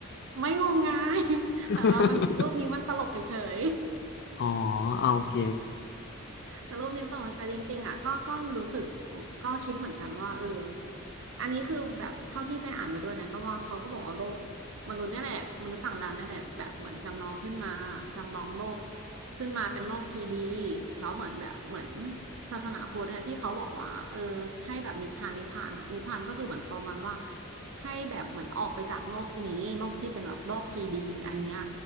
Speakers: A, on the right (about 65°); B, on the left (about 50°).
A: ไม่งมงาย <laughs>
B: <laughs>
A: แต่เรามันรูปนี้มันตลกเฉย
B: อ๋อเอาโอเค
A: ๆแต่รูปนี้ตลกแต่จริงๆอ่ะก็ก็รู้สึกก็คิดเหมือนกันว่าเอออันนี้คือแบบเท่าที่ไปอ่านมาด้วยนะก็ว่าเขาก็บอกว่าโลกมนุษย์เนี่ยแหละมนุษย์ต่างดาวเนี่ยแหละแบบเหมือนจำลองขึ้นมาจำลองโลกขึ้นมาเป็นโลกทีดีแล้วเหมือนแบบเหมือนศาสนาพุทธเนี่ยที่เขาบอกว่าเออให้แบบนิพพานนิพพานอ่ะนิพพานก็คือเหมือนประมาณว่าให้แบบเหมือนออกไปจากโลกนี้โลกที่เป็นแบบโลกทีดีอันเนี้ย